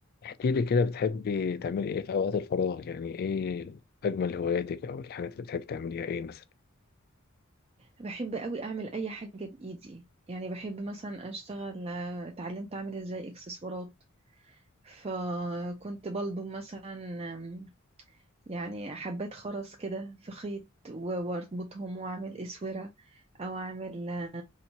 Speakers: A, on the left (about 45°); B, on the right (about 30°).
A: احكي لي كده بتحبي تعملي ايه في اوقات الفراغ يعني ايه اجمل هواياتك او الحاجات اللي بتحبي تعمليها ايه مثلا
B: بحب قوي اعمل اي حاجه بايدي يعني بحب مثلا اشتغل آه، اتعلمت اعمل ازاي اكسسوارات فكنت بلضم مثلا آم، يعني حبات خرز كده في خيط و- واربطهم واعمل اسوره او اعمل آه،